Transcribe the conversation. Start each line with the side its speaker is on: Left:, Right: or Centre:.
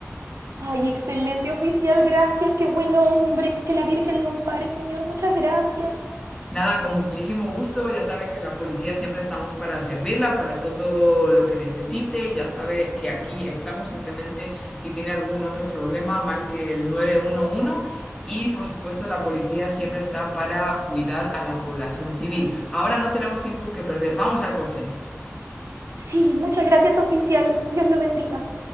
Right: Ay, excelente oficial, gracias, qué buen hombre, que la Virgen lo ampare, señor, muchas gracias.
Left: Nada, con muchísimo gusto, ya sabe que la policía siempre estamos para servirla, para todo lo que necesite, ya sabe que aquí estamos, simplemente si tiene algún otro problema, marque el 911 y por supuesto la policía siempre está para cuidar a la población civil. Ahora no tenemos tiempo que perder, vamos al coche.
Right: Sí, muchas gracias oficial. Dios lo bendiga.